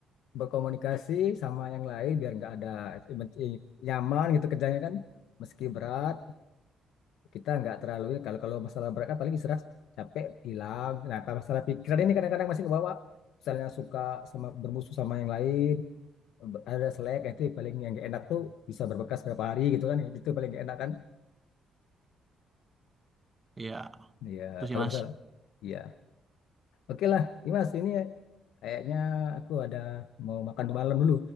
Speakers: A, on the left; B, on the right.
A: berkomunikasi sama yang lain biar nggak ada eh, nyaman gitu kerjanya kan meski berat kita nggak terlalu ini. kalau kalau masalah berat kan paling istirahat capek hilang nah apa masalah pikiran ini kadang-kadang masih kebawa misalnya suka sama bermusuh sama yang lain ber- ada selek nah itu paling yang nggak enak tuh bisa berbekas berapa hari gitu kan itu paling gak enak kan
B: iya,
A: ya
B: itu sih
A: kalau
B: mas.
A: masalah iya oke lah Dimas ini kayaknya aku ada mau makan malam dulu